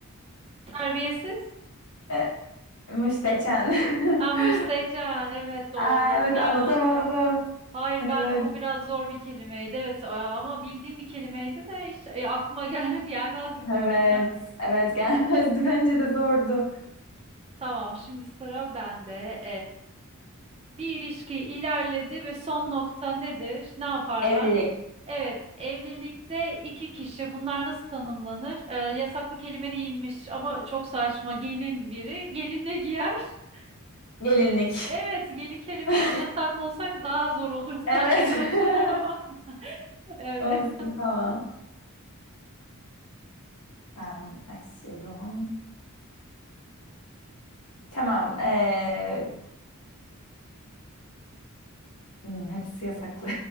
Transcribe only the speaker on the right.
terbiyesiz.
Ha, müstehcen. Evet doğru.
Bu gelmezdi
aklıma. Hayır
ben bu biraz zor bir kelimeydi. Evet a- ama bildiğim bir kelimeydi de hiç e, aklıma <laughs> gelmedi gelmezdi bu
arada.
Tamam şimdi sıra bende. Bir ilişki ilerledi ve son nokta nedir? Ne yaparlar?
Evet, evlilikte iki kişi bunlar nasıl tanımlanır? Ee, yasaklı kelime değilmiş ama çok saçma. Gelin biri, gelin ne giyer? <laughs>
Evet, gelin kelimesi
yasaklı olsaydı daha zor olurdu
<laughs> o açıdan ama
<laughs> evet.